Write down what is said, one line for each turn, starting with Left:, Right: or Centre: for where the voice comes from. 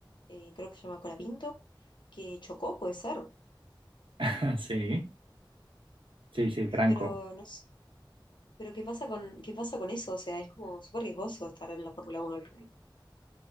Left: eh, creo que se llama Colapinto, que chocó, puede ser.
Right: <laughs> Sí, sí, sí, Franco.
Left: Y pero no sé, pero qué pasa con, qué pasa con eso, o sea, es como súper riesgoso estar en la Fórmula Uno al final.